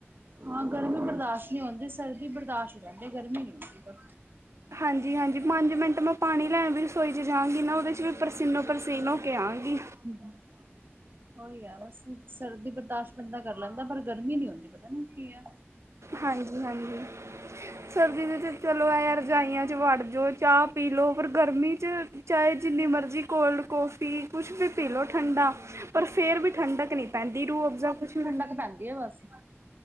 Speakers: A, on the right; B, on the right.
A: ਹਾਂ ਗਰਮੀ ਬਰਦਾਸ਼ਤ ਨਹੀਂ ਹੁੰਦੀ, ਸਰਦੀ ਬਰਦਾਸ਼ਤ ਹੋ ਜਾਂਦੀ ਹੈ, ਗਰਮੀ ਨੀ ਹੁੰਦੀ ਪਰ।
B: ਹਾਂਜੀ ਹਾਂਜੀ ਪੰਜ ਮਿੰਟ ਮੈਂ ਪਾਣੀ ਲੈਣ ਵੀ ਰਸੋਈ 'ਚ ਜਾਵਾਂਗੀ ਨਾ ਉਹਦੇ 'ਚ ਵੀ ਪਰਸੀਨੋ ਪ੍ਰਸੀਨ ਹੋ ਕੇ ਆਂਗੀ।
A: ਹਮ। <unintelligible> ਉਹੀ ਏ ਬਸ ਸਰਦੀ ਬਰਦਾਸ਼ਤ ਬੰਦਾ ਕਰ ਲੈਂਦਾ, ਪਰ ਗਰਮੀ ਨੀ ਹੁੰਦੀ ਪਤਾ ਨੀ ਕੀ ਐ।
B: ਹਾਂਜੀ- ਹਾਂਜੀ। ਸਰਦੀ ਦੇ ਚਲੋ ਇਹ ਏ ਰਜਾਈਆਂ ਚ ਵੱੜ ਜਉ ਚਾਹ ਪੀ ਲਓ ਪਰ ਗਰਮੀ ਚ। ਚਾਹੇ ਜਿੰਨੀ ਮਰਜ਼ੀ ਕੋਲਡ ਕਾਫੀ ਕੁਛ ਵੀ ਪੀ ਲਓ ਠੰਡਾ। ਪਰ ਫੇਰ ਵੀ ਠੰਡਕ ਨੀ ਪੈਂਦੀ ਰੂਹ ਅਫ਼ਜ਼ਾ ਕੁਛ ਵੀ।
A: ਧਰ ਪੈਂਦੀ ਐ ਬਸ।